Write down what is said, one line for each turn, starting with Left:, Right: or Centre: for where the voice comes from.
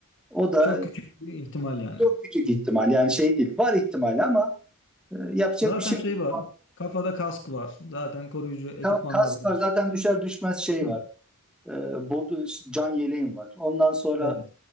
Centre: O da
Left: Çok küçük bir ihtimal yani.
Centre: çok küçük ihtimal. Yani şey değil. Var ihtimali ama e, yapacak
Left: Zaten
Centre: bir şey
Left: şey var.
Centre: yok.
Left: Kafada kask var. Zaten koruyucu ekipmanlar
Centre: Ka- Kask
Left: var.
Centre: var zaten düşer düşmez şey
Left: Hı.
Centre: var. E, bodu can yeleğim var. Ondan sonra
Left: Evet.